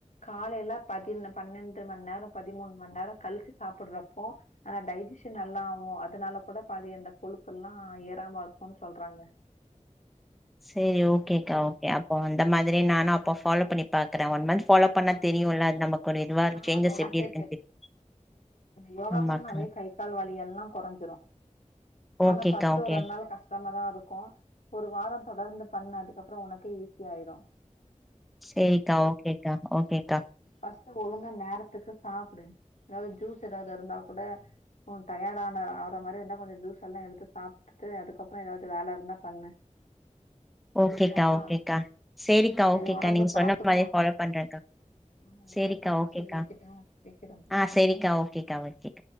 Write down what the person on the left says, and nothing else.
காலேல பதி பன்னெண்டு மண்நேரோ பதிமூன் மண்நேரோ கழிச்சி சாப்ட்றப்போ ஆனா டைஜீஷன் நல்லா ஆவூ அதனால கூட பாதி அந்த கொழுப்பெல்லா ஏறாம இருக்குன்னு சொல்றாங்க
சரியா
ஆ
ஆ
அது உனக்கே
யோகா
பண்ணாவே கை கால் வலி எல்லா கொறஞ்சுறு ஆனா
ஃபர்ஸ்ட்
ஒரு ரெண் நாள் கா கஷ்டமாதாருக்கு ஒரு வாரோ தொடர்ந்து பண்ணு அதுக்கப்பறோ உனக்கே ஈஸி ஆய்டு
ஃபர்ஸ்ட் ஒழுங்கா நேரத்துக்கு சாப்டு ஏதாவது ஜூஸ் ஏதாவது இருந்தா கூட டயர்டா ஆன ஆவுற மாரிருந்தா கொஞ்சோ ஜூஸ் எல்லா எடுத்து சாப் <unintelligible> அதுக்கப்றோ ஏதாவது வேல இருந்தா பண்ணு
செரியாப்பா
செரி
ஒடம்பு
பாத்துக்கோ
ம் ஓகேப்பா
செரி வெக்கட்டா வெக்கிறேன்ப்பா